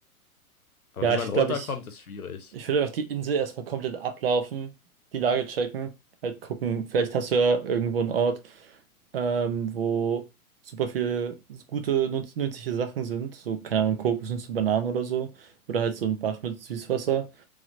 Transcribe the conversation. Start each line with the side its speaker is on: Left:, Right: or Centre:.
Left: Aber
Right: Ja,
Left: wie man
Right: ich
Left: runterkommt,
Right: glaube, ich.
Left: ist schwierig.
Right: Ich würde einfach die Insel erstmal komplett ablaufen, die Lage checken, halt gucken, vielleicht hast du ja irgendwo einen Ort, ähm, wo super viele gute, nutz nützliche Sachen sind, so, keine Ahnung, Kokosnüsse, Bananen oder so, oder halt so ein Bach mit Süßwasser.